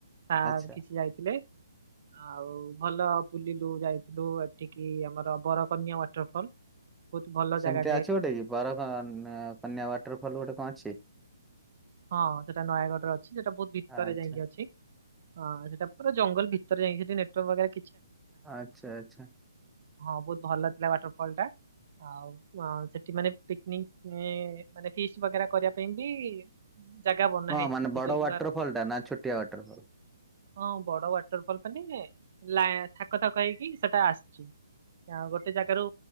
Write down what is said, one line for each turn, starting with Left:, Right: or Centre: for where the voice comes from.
Right: ସାର୍
Centre: ଆଚ୍ଛା।
Right: କିଛି ଯାଇଥିଲେ। ଆଉ ଭଲ ବୁଲିଲୁ ଯାଇଥିଲୁ ଏଠିକି ଆମର ବରକନ୍ୟା ୱାଟରଫଲ ବହୁତ ଭଲ
Centre: ସେମିତିଆ
Right: ଜାଗା
Centre: ଅଛି ଗୋଟେ କି ବରକନ୍ୟା ୱାଟରଫଲ ଗୋଟେ କଣ ଅଛି।
Right: ହଁ ସେଟା ନୟାଗଡ଼ରେ ଅଛି ସେଟା ବହୁତ ଭିତରେ
Centre: ଆଚ୍ଛା
Right: ଯାଇଁକି ଅଛି ହଁ ସେଟା ପୁରା ଜଙ୍ଗଲ ଭିତ ସତରେ ଯାଇଁକି ସେଠି ନେଟୱାର୍କ ପାଖରେ
Centre: ଆଛା ଆଛା।
Right: ହଁ ବହୁତ ଭଲ ଥିଲା ୱାଟରଫଲ ଟା। ଆଉ ମ୍ ସେଠି ମାନେ ପିକନିକ ଇଁ ମାନେ ଫିସ୍ ବଗେରା କରିବା ପାଇଁକି ଜାଗା ବନା
Centre: ହଁ
Right: ହେଇଚି
Centre: ମାନେ
Right: ସେ
Centre: ବଡ
Right: ଯୋଉ ଲୁହାର।
Centre: ୱାଟର ଫଲ୍ ଟା ନା ଛୋଟିଆ ୱାଟର ଫଲ୍?
Right: ହଁ ବଡ ୱାଟରଫଲ ମାନେ ଲା ଥାକ ଥାକ ହେଇକି ସେଟା ଆସିଚି। ଆଁ ଗୋଟେ ଜାଗାରୁ